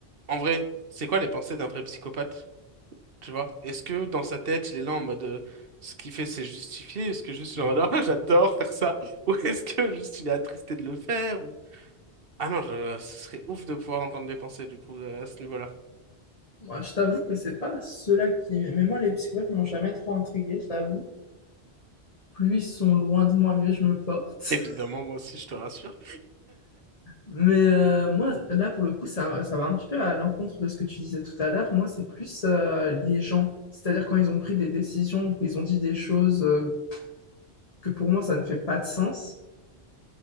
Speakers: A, on the right; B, on the left.
A: en vrai, c'est quoi les pensées d'un vrai psychopathe? Tu vois? Est-ce que dans sa tête, il est là en mode euh, ce qu'il fait c'est justifié, est-ce que juste il est en mode Ah, <laughs> j'adore faire ça, ou est-ce que juste il est attristé de le faire, ah non, je... ce serait ouf de pouvoir entendre les pensées du coup euh, à ce niveau-là.
B: Moi, je t'avoue que c'est pas ceux-là qui... Mais moi, les psychopathes, ils m'ont jamais trop intriguée, je t'avoue. Plus ils sont loin de moi, mieux je me porte.
A: Évidemment,
B: <laughs>
A: moi aussi, je te rassure.
B: Mais euh, moi, là, pour le coup, ça, ça va un petit peu à l'encontre de ce que tu disais tout à l'heure. Moi, c'est plus euh, les gens. C'est-à-dire quand ils ont pris des décisions ou qu'ils ont dit des choses euh, que pour moi, ça ne fait pas de sens.